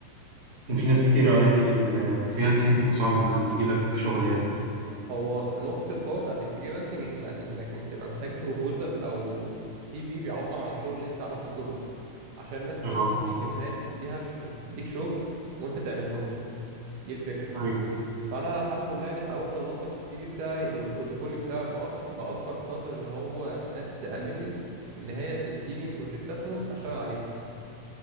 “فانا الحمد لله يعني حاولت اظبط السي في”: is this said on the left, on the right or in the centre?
Right